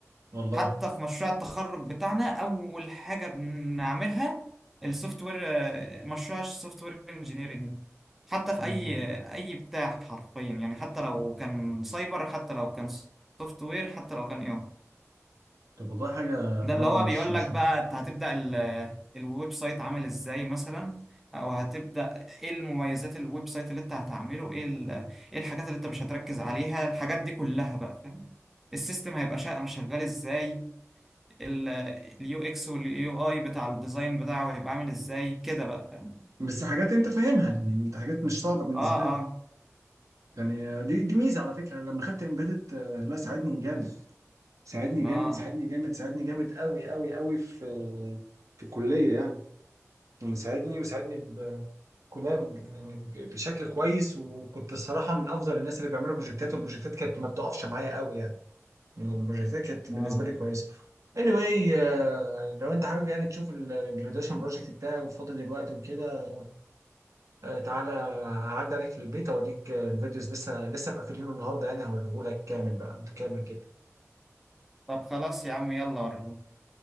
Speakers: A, on the right; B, in the centre.
A: والله
B: حتى في مشروع التخرج بتاعنا اول حاجه بنعملها السوفت وير آه، مشروع السوفت وير انجينيرنج ده حتى في
A: مم.
B: اي اي بتاع حرفيا يعني حتى لو كان سايبر حتى لو كان سوفت وير حتى لو كان اي
A: طب والله حاجة
B: ده
A: برضو
B: اللي هو
A: مش
B: بيقول
A: مش
B: لك بقى انت هتبدأ ال- الويب سايت عامل ازاي مثلا او هتبدأ ايه المميزات الويب سايت اللي انت هتعمله ايه ال- ايه الحاجات اللي انت مش هتركز عليها الحاجات دي كلها بقى فاهم السيستم هيبقى شا- شغال ازاي اليو اكس واليو اي بتاع الديزاين بتاعه هيبقى عامل ازاي كده بقى فاهم
A: بس حاجات انت فاهمها يعني انت حاجات مش صعبة بالنسبة
B: اه
A: لك
B: اه
A: يعني دي دي ميزة على فكرة انا لما خدت امبيدت لا ساعدني جامد ساعدني جامد
B: اه
A: ساعدني جامد ساعدني جامد قوي قوي قوي في في الكلية يعني يعني ساعدني وساعدني بكلها ب- يعني بشكل كويس وكنت الصراحة من افضل الناس اللي بيعملوا بروجكتات والبروجكتات كانت ما بتقفش معايا قوي يعني البروجكتات كانت بالنسبه
B: اه
A: لي كويسه anyway آه، لو انت حابب يعني تشوف الجراديويشن بروجكت بتاعي فاضي دلوقتي وكده آه، تعالى هعدي عليك في البيت اوريك آه، الفيديوز لسه لسه مقفلينه النهارده يعني هوريهولك كامل بقى متكامل كده
B: طب خلاص يا عم يلا وريهولي